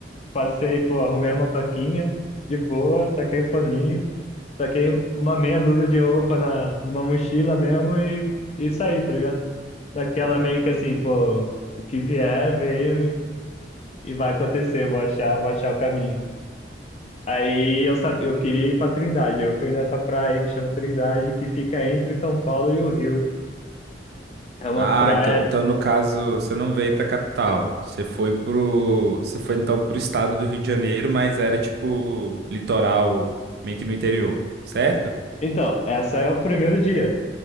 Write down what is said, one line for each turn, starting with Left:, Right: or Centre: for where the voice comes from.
Left: passei, pô, arrumei a motoquinha de boa, taquei o foninho, taquei uma meia dúzia de roupa na, numa mochila mesmo e, e saí, tá ligado? Naquela meio que assim, pô, o que vier, veio e, e vai acontecer, vou achar, vou achar o caminho. Aí eu sabia, eu queria ir pra Trindade, eu fui nessa praia aí que chama Trindade, que fica entre São Paulo e o Rio. É uma
Right: Ah,
Left: praia.
Right: então, então no caso, você não veio pra capital. Você foi pro, você foi então pro estado do Rio de Janeiro, mas era tipo litoral, meio que no interior, certo?
Left: Então, essa é o primeiro dia.